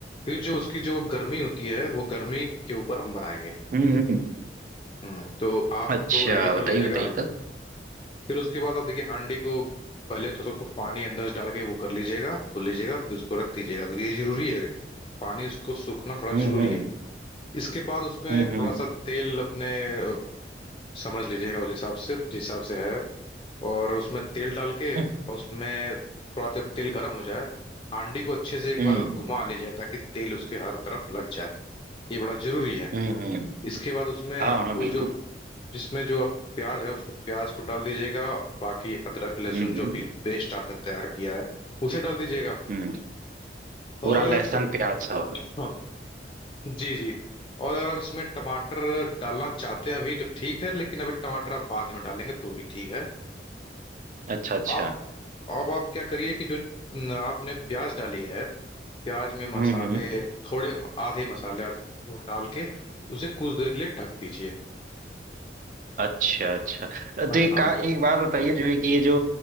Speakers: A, on the left; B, on the right.
A: फिर जो उसकी जो गर्मी होती है वो गर्मी के ऊपर हम बनाएंगे
B: हम्म हम्म
A: हम्म तो आप
B: अच्छा
A: उसको रेडी
B: बताइए
A: कर लीजिएगा
B: बताइए तब
A: फिर उसके बाद आप देखिए हांडी को पहले थोड़ा सा उसको पानी अंदर से डाल के वो कर लीजिएगा धो लीजिएगा फिर उसको रख दीजिएगा क्योंकि ये जरूरी है पानी उसको सूखना थोड़ा
B: हम्म
A: जरूरी
B: हम्म
A: है इसके बाद उसमें
B: हम्म
A: थोड़ा सा तेल अपने अ, समझ लीजिएगा उस हिसाब से जिस हिसाब से है और उसमें तेल डाल के और
B: हम्म
A: उसमें थोड़ा जब तेल गर्म हो जाए हांडी को अच्छे से एक
B: हम्म
A: बार घुमा लीजिए ताकि तेल उसके हर तरफ लग जाए ये बड़ा जरूरी है
B: हम्म। हम्म।
A: इसके बाद उसमें आपको
B: हाँ हाँ बिल्कुल
A: जो जिसमें जो आपको प्याज है उसको प्याज को डाल दीजिएगा बाकी अदरक लहसुन
B: हम्म
A: जो
B: हम्म
A: भी पेस्ट आपने तैयार किया है उसे डाल दीजिएगा
B: हम्म
A: और
B: पूरा
A: अगर
B: लहसुन
A: ट-
B: प्याज सब
A: हाँ, जी जी और अगर आप इसमें टमाटर डालना चाहते हैं अभी तो ठीक है लेकिन अभी टमाटर आप बाद में डालेंगे तो भी ठीक है
B: अच्छा अच्छा
A: आप अब आप क्या करिए कि जो न, आपने प्याज डाली है प्याज में
B: हम्म
A: मसाले थोड़े आधे मसाले आध- डाल के उसे कुछ देर के लिए ढक दीजिए
B: अच्छा अच्छा तो
A: हाँ
B: एक का एक बात बताइए जो है कि ये जो